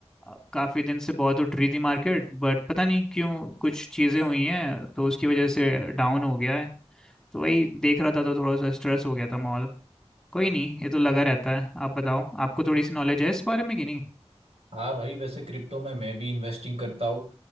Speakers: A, in the centre; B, on the right.
A: था काफ़ी दिन से बहुत उठ रही थी मार्केट बट पता नहीं क्यों कुछ चीज़ें हुई हैं तो उसकी वजह से डाउन हो गया है तो वही देख रहा था तो थोड़ा सा स्ट्रेस हो गया था कोई नहीं ये तो लगा रहता है आप बताओ आपको थोड़ी सी नॉलेज है इस बारे में कि नहीं
B: हाँ भाई वैसे क्रिप्टो में मैं भी इन्वेस्टिंग करता हूँ